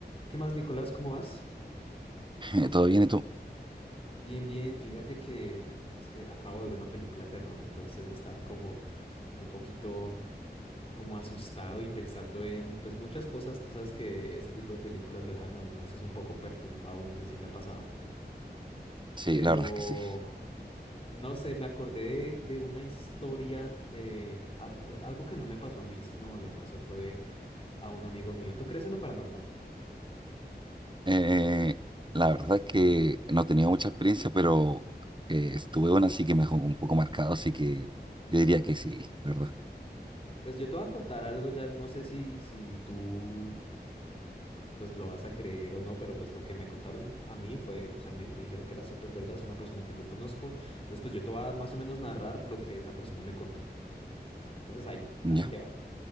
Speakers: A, on the left (about 35°); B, on the right (about 25°).
A: ¿Qué más, Nicolás? ¿Cómo vas?
B: <laughs> ¿Todo bien y tú?
A: Bien, bien. Fíjate que es que acabo de ver una película de terror, entonces estaba como un poquito como asustado y pensando en pues muchas cosas. Tú sabes que este tipo de películas lo dejan a uno a veces un poco perturbado, no sé si te ha pasado,
B: Sí,
A: pero
B: la verdad es que sí.
A: no sé, me acordé de, de una historia de al- algo que no me pasó a mí, sino le pasó fue a un amigo mío. ¿Tú crees en lo paranormal?
B: Eh, la verdad es que no tenía mucha experiencia, pero eh, estuve una así que me dejó un poco marcado, así que yo diría que sí, la verdad.
A: Pues yo te voy a contar algo ya, no sé si, si tú pues lo vas a creer o no, pero pues lo que me contaron a mí fue, o sea, me, me dijeron que era súper verdad, es una persona que yo conozco, entonces pues yo te voy a más o menos narrar lo que esa persona me contó. Entonces ahí,
B: ¿Ya?
A: ahí te va.